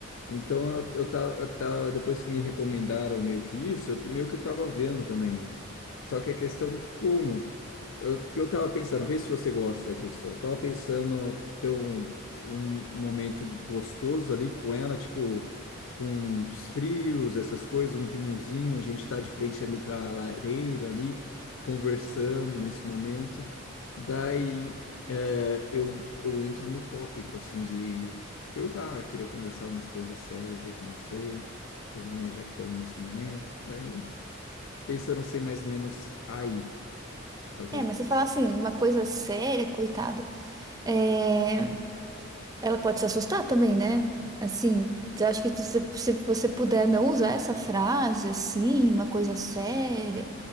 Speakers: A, on the left; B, on the right.
A: Então eu, eu, tava, eu tava, depois que me recomendaram meio que isso, eu t- meio que eu tava vendo também isso. Só que a questão é como? Eu, que eu tava pensando, vê se você gosta disso. Eu tava pensando ter um, um momento gostoso ali com ela, tipo, com os frios, essas coisas, um vinhozinho, a gente tá de frente ali pra lareira ali, conversando nesse momento. Daí é, eu, eu entro no tópico assim de perguntar, queria conversar umas coisas sérias aí com você, tudo mais, já que estamos nesse momento. Daí, pensando ser mais ou menos aí, de fazer
B: É,
A: o.
B: mas você fala assim, uma coisa séria, coitada. É, Ela pode se assustar também, né? Assim, eu acho que se, se você puder não usar essa frase assim, uma coisa séria,